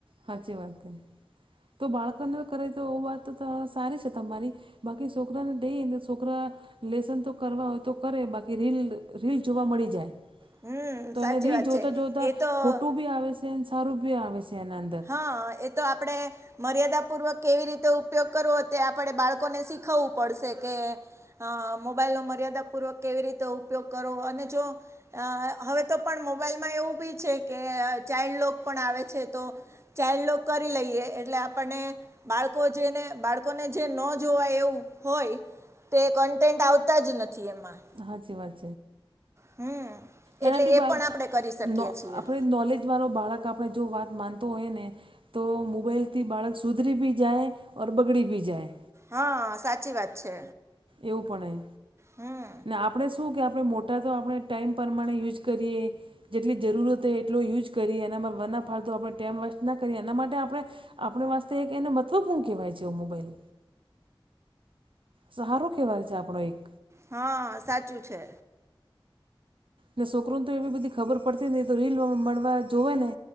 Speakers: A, on the right; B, on the right.
A: સાચી વાત છે તો બાળકને કરે તો એ વાત તો સારી છે તમારી બાકી છોકરાને દઈ છોકરા લેસન તો કરવા હોય તો કરે બાકી રીલ રીલ જોવા મળી જાય
B: હમ
A: તો
B: સાચી
A: એને રીલ
B: વાત
A: જોતા
B: છે
A: જોતા
B: એ તો
A: ખોટું બી આવે છે અને સારું બી આવે છે એના અંદર
B: હા એ તો આપડે મર્યાદા પૂર્વક કેવી રીતે ઉપયોગ કરવો તે આપણે બાળકોને શીખવવું પડશે કે હ મોબાઈલનો મર્યાદાપૂર્વક કેવી રીતે ઉપયોગ કરો અને જો અ હવે તો પણ મોબાઈલમાં એવું બી છે કે ચાઇલ્ડ લોગ પણ આવે છે તો ચાઇલ્ડ લોગ કરી લઈએ એટલે આપણને બાળકો જેને બાળકોને જે ન જોવા એવું હોય તે કન્ટેન્ટ આવતા જ નથી એમાં
A: હાજીી વાજ
B: હમ
A: એનાથી
B: એટલે એ
A: બા
B: પણ આપણે કરી શકીએ
A: આપણે
B: છીએ
A: નોલેજ વાળો બાળક આપણે જો વાત માનતો હોઈ ને તો મોબાઈલથી બાળક સુધરી બી જાય ઓર બગડી બી જાય
B: હા સાચી વાત છે
A: એવું પણ
B: હમ
A: ને આપડે શું કે આપડે મોટ ટા તો આપણે ટાઈમ પ્રમાણે યુઝ કરીએ જેટલી જરૂરત હો એટલો યુઝ કરીએ એના વના ફાળત આપડે ટાઈમ વસ્ટ ના કરીએ એના માટે આપડે આપણે વાસ્તે એક એને મહત્વપૂર્ણ કેવાય છે મોબાઈલ સહારો કેવાય છે આપણો એક
B: હા સાચું છે
A: ને છોકરોને તો એવી બધી ખબર પડતી નહી તો રીલ મળવા જોવે ને